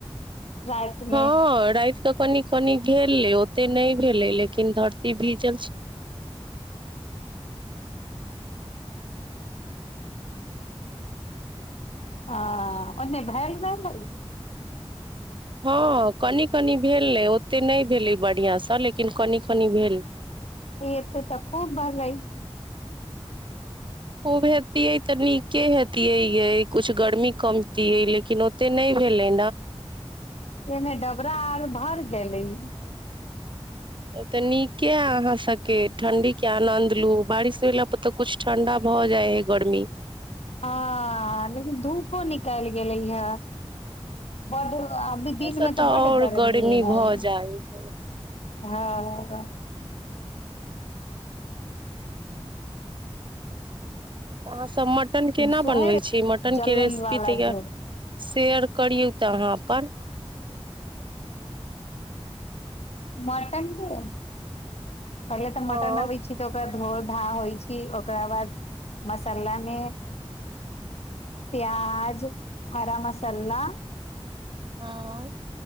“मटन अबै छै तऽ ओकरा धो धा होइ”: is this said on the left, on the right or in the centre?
Left